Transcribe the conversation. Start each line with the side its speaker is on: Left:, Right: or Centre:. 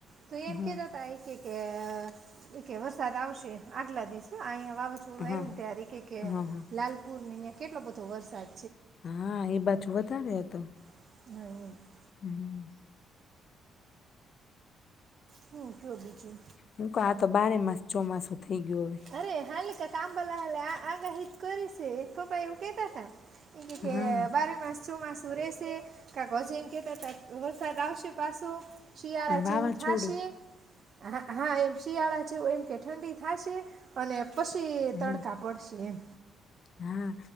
Right: તો એમ
Left: હા
Right: કહેતાતા એ કે કે એ કહે કે વરસાદ આવશે. આગલા દિવસે આહીંયાં વાવાઝોડું આવ્યું
Left: હા
Right: ત્યારે કહે કે
Left: હા
Right: લાલપુર ની કેટલો બધો વરસાદ
Left: હા, એ બાજુ વધારે હતો.
Right: <unintelligible> એ.
Left: હમ
Right: હું કયો બીજું?
Left: હું કહું તો બારે માસ ચોમાસું થઈ ગયું હવે
Right: અરે હાલીકાતા ભલા આલ્યા આગાહીત કરીશે એક તો પાહા એવું કહેતાતા. એમ કહે કે
Left: હા
Right: બારે માસ ચોમાસું રહેશે કાંતો પછી એમ કહેતાતા વરસાદ આવશે પાશુ. શિયાળા
Left: અને વાવાઝોડું
Right: જેવું થાશે? હા, હા, એમ. શિયાળા છે એમ કે ઠંડી થાશે? અને પછી તડકા
Left: હમ
Right: પડશે એમ
Left: હા